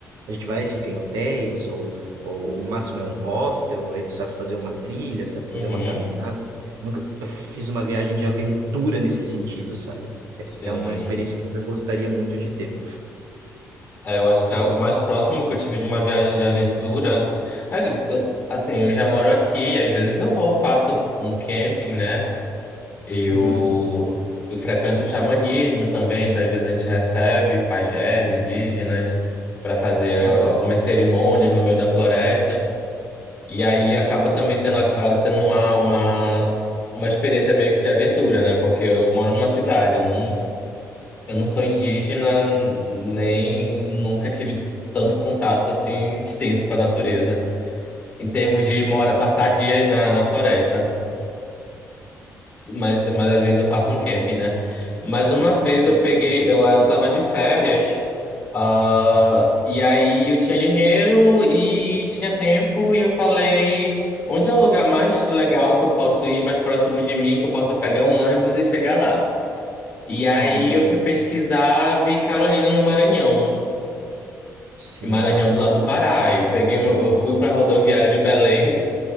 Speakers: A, on the right (about 70°); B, on the left (about 20°).
A: a gente vai e fica em hotéis ou, ou o máximo é um hostel, aí tu sabe fazer uma trilha, sabe
B: uhum,
A: fazer uma caminhada. Nunca fiz uma viagem de aventura nesse sentido, sabe?
B: sim.
A: É uma experiência que eu ainda gostaria muito de ter.
B: É, eu acho que é o mais próximo que eu tive de uma viagem de aventura, mas, eu- assim, eu já moro aqui, às vezes eu vou, faço um camping, né? Eu,
A: Uhum.
B: eu frequento o xamanismo também, então às vezes a gente recebe pajés indígenas para fazer
A: Aham.
B: ah, algumas cerimônias no meio da floresta. E aí acaba também sendo, a- a- sendo uma, uma, uma experiência meio que de aventura, né? Porque eu moro numa cidade, eu não, eu não sou indígena, nem nunca tive tanto contato assim extenso com a natureza, em termos de mora, passar dias na, na floresta. Mas, mas às vezes
A: Hum,
B: eu faço um camp, né? Mas uma vez
A: Sim.
B: eu peguei, eu, eu tava de férias, ah, e aí eu tinha dinheiro e tinha tempo, e eu falei, onde é o lugar mais legal que eu posso ir, mais próximo de mim, que eu possa pegar um ônibus e chegar lá? E aí
A: Uhum.
B: eu fui pesquisar, vi Carolina no Maranhão,
A: Sim.
B: Maranhão do lado do Pará. Eu peguei, meu- eu fui pra rodoviária de Belém